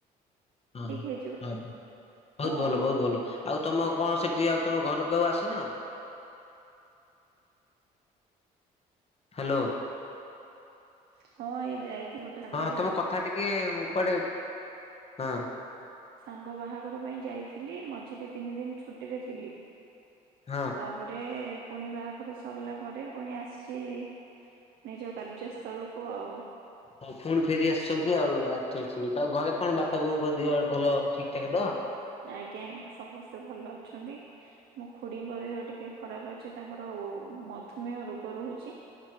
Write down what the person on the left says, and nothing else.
ହଁ
ହଁ। ବହୁତ୍
ଭଲ ବହୁତ୍ ଭଲ। ଆଉ ତମ କଣ ସେଠି ଆଉ ତମ ଘରକୁ ଆଉ ଆସିନ? ହାଲୋ।
ହଁ
ତମ କଥା ଟିକେ କୁଆଡେ ହଁ।
ହଁ।
ହଁ ପୁଣି ଫେରି ଆସିଛନ୍ତି ଆଉ। <unintelligible> ଆଉ ଘରେ କଣ ବାପା ବୋଉଙ୍କ ଦେହ ଭଲ ଠିକ୍ ଠାକ୍ ତ?